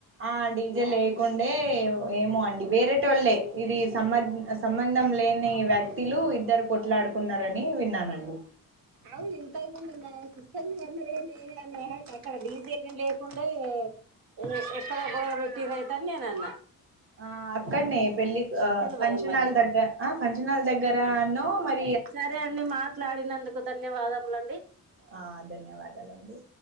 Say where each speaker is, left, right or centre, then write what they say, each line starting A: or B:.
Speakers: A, on the right; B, on the right.
A: ఆ డీజె లేకుండే ఏమో అండి వేరేటొళ్ళే ఇది సమద్ అస్ సంబంధం లేని వ్యక్తి లు ఇద్దరు కొట్లాడుకున్నారని విన్నానండి
B: అవున్ ఇంతకుముందు నా సిస్టర్ అన్నర్ గన్ నేనే అన్నా హట్ అక్కడ డీజే ఎం లేకుండే ఎ ఎక్కడ గొడవ పెట్టిరైతే అన్ నేనన్న
A: ఆ అక్కన్నె పెళ్ళి ఆ
B: తెలవదు
A: ఫంక్షనాల్
B: మరి
A: దగ్గర ఆ ఫంక్షనాల్ దగ్గర అన్నో మర్
B: సరే అండి మాట్లాడినందుకు ధన్యవాదములండి
A: ఆ ధన్యవాదాలండి